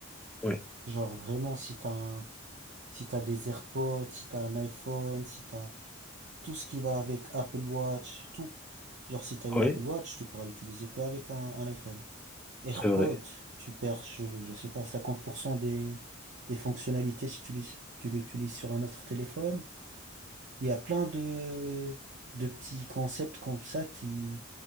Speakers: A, in the centre; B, on the right.
A: Oui,
B: Genre vraiment, si t'as un- si t'as des AirPods, si t'as un iPhone, si t'as tout ce qui va avec Apple Watch, tout. Genre si t'as une
A: oui,
B: Apple Watch, tu pourras l'utiliser qu'avec un, un iPhone. AirPods,
A: c'est vrai.
B: tu perds, je, je sais pas, 50% des, des fonctionnalités si tu l'utilises tu l'utilises sur un autre téléphone. Il y a plein de, de petits concepts comme ça qui